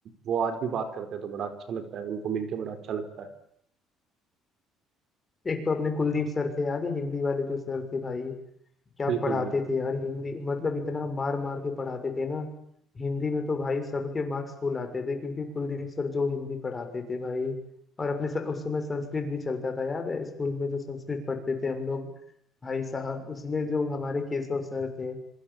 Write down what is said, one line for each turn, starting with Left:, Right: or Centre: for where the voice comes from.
Right: वो आज भी बात करते हैं तो बड़ा अच्छा लगता है उनको मिलके बड़ा अच्छा लगता है
Left: एक तो अपने कुलदीप सर थे याद है हिंदी वाले जो सर थे भाई क्या
Right: बिल्कुल
Left: पढ़ाते
Right: बिल्कुल
Left: थे यार हिंदी मतलब इतना मार मार के पढ़ाते थे ना हिंदी में तो भाई सबके मार्क्स फुल आते थे क्योंकि कुलदीप सर जो हिंदी पढ़ाते थे भाई और अपने स, उस समय संस्कृत भी चलता था याद है स्कूल में जो संस्कृत पढ़ते थे हम लोग भाई साहब उसमें जो हमारे केशव सर थे